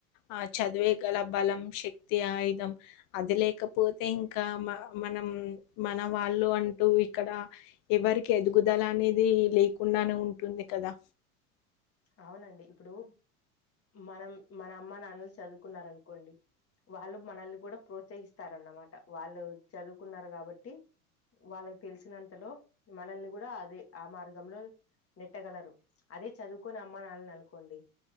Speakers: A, on the left; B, on the left.
A: ఆ చదువే కదా బలం శక్తి ఆయుధం అది లేకపోతే అయితే ఇంకా మనం మన వాళ్ళు అంటే నువ్విక్కడ ఎవరికి ఎదుగుదల అనేది లేకుండానే ఉంటుంది కదా
B: అవునండి ఇప్పుడు మనం మన అమ్మ నాన్నలు చదువుకున్న అనుకోండి వాళ్ళు మనల్ని ఇప్పుడు కూడా ప్రోత్సహిస్తారన్నమాట వాళ్ళు చదువుకున్నారు కాబట్టి వాళ్ళకి తెలిసినంతలో మనల్ని కూడా అదే ఆ మార్గంలో నెట్టగలరు అదే చదువుకొని అమ్మాననిని అనుకోండి